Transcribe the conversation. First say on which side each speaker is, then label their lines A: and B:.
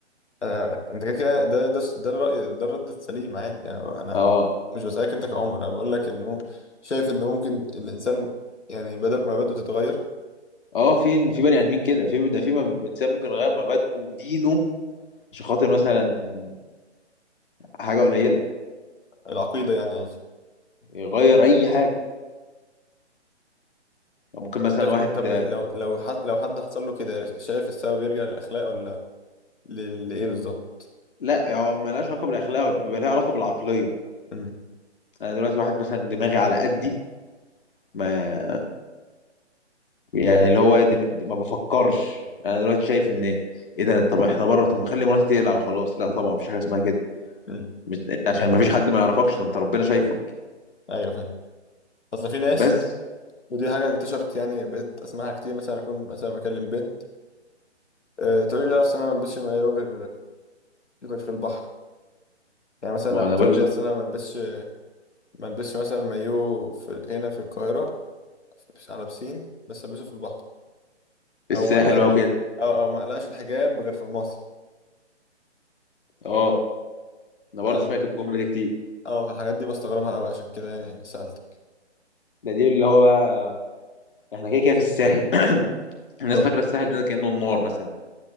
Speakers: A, on the left; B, on the left.
A: آه، انت كده كده ده ده ده الرأي ده الرد السليم عادي يعني انا
B: اه
A: مش بسألك انت كعمر انا بقول لك انه شايف ان ممكن الانسان يعني بدل ما بدأت تتغير
B: اه فين في بني ادمين كده في ده في مب- انسان ممكن يغير مبادئه ودينه عشان خاطر مثلا حاجه قليله
A: العقيدة يعني قصدي
B: يغير اي حاجه يعني ممكن مثلا
A: طب ده
B: واحد
A: طب لو لو حد لو حد حصل له كده شايف السبب يرجع للأخلاق ولا ل- لإيه بالظبط؟
B: لا هو ملهاش علاقه بالاخلاق هو بيبقى لها علاقه بالعقليه
A: امم
B: انا دلوقتي واحد مثلا دماغي على قدي ما يعني اللي هو دم... ما بفكرش انا دلوقتي شايف ان ايه ده طب احنا بره طب ما اخلي مراتي تقلع وخلاص لا طبعا مفيش حاجه اسمها كده
A: امم
B: مش... عشان مفيش حد ما يعرفكش ده انت ربنا شايفك
A: ايوه فاهم اصل في ناس
B: بس
A: ودي حاجة انتشرت يعني بقيت اسمعها كتير مثلا اكون مثلا بكلم بنت أه تقول لي لا اصل انا ما البسش مايو غير غير في البحر يعني مثلا
B: ما انا
A: تقول
B: بلبس
A: لي اصل انا ما البسش ما البسش مثلا مايو في ال- هنا في القاهرة في- على بسين بس البسه في البحر
B: الساحل
A: او ما اقلق
B: بقى وكده
A: او او ما اقلقش الحجاب غير في المصيف
B: اه انا
A: ف
B: برضه سمعت الجمله دي كتير
A: اه في الحاجات دي بستغربها قوي عشان كده يعني سألتك
B: ده دي اللي هو بقى احنا كده كده في الساحل <clears throat> الناس
A: بالظبط
B: فاكره الساحل ده كانه النار مثلا